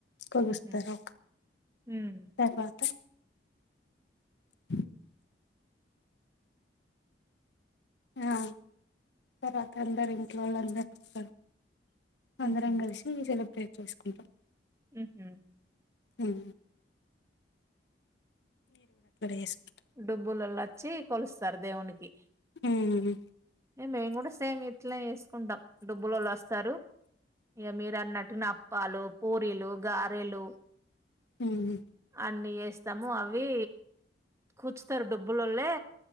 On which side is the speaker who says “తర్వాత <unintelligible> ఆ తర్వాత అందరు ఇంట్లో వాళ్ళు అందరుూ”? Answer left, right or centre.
Left